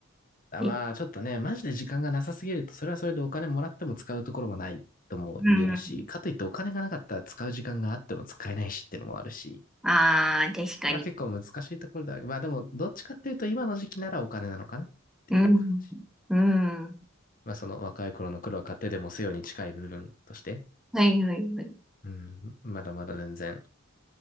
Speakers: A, on the left; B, in the centre.
A: あまあ、
B: ね。
A: ちょっとね、マジで時間がなさすぎると、それはそれでお金もらっても使うところもないとも言えるし、
B: うん。
A: かといってお金がなかったら使う時間があっても使えないしっていうのもあるし、
B: ああ、確かに。
A: これは結構難しいところだ。まあでも、どっちかっていうと今の時期ならお金なのかなっていう感じ。
B: うん。うん。
A: まあその若い頃の苦労を買ってでもせよに近い部分として、
B: はい、はい、はい。
A: うん、まだまだ全然、